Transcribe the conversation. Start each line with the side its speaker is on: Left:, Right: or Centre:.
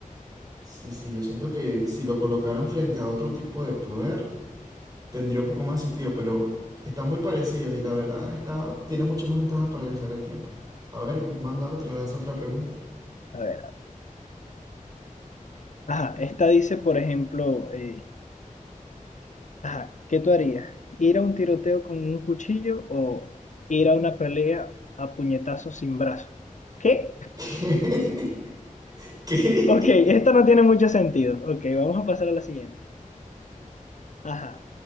Right: Sí, sí, yo siento que si lo colocaran frente a otro tipo de poder, tendría un poco más sentido, pero están muy parecidos y la verdad está, tiene muchas más ventajas para realizar el tiempo. A ver, manda otra, lanza otra pregunta.
Left: A ver, ajá, esta dice, por ejemplo, eh, ajá, ¿qué tú harías? ¿Ir a un tiroteo con un cuchillo o ir a una pelea a puñetazos sin brazo? ¿Qué?
Right: <laughs> ¿Qué?
Left: Ok, esta
Right: ¿Qué?
Left: no tiene mucho sentido. Ok, vamos a pasar a la siguiente. Ajá.